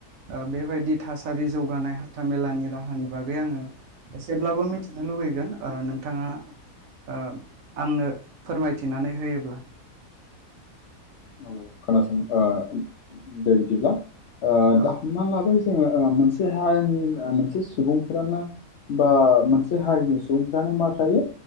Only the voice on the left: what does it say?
औ खोनासं ओ दे बिदिब्ला ओ
दा हमनानै लाबाय ओ ओ मोनसे हानि उम मोनसे सुबुंफोरानो बा मोनसे हारिनि सुबुंफ्रानो मा थायो